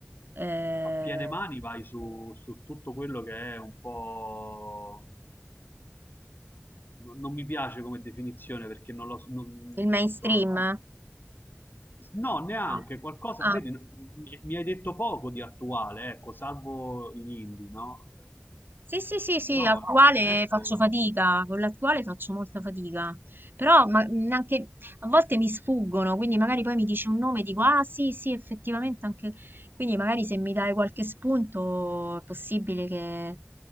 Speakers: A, on the right (about 50°); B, on the left (about 50°).
A: Eh,
B: a piene mani vai su, su tutto quello che è un po'... Non, non mi piace come definizione perché non lo... so, Non,
A: il mainstream?
B: insomma, non- No, neanche
A: No.
B: qualcosa,
A: Ah.
B: vedi, no- mi, mi hai detto poco di attuale, ecco, salvo gli indie, no?
A: Sì, sì, sì, sì,
B: Però
A: attuale
B: il resto...
A: faccio fatica, con l'attuale faccio molta fatica, però ma, mh, anche a volte mi sfuggono, quindi magari poi mi dici un nome e dico, ah sì, sì, effettivamente anche, quindi magari se mi dai qualche spunto è possibile che...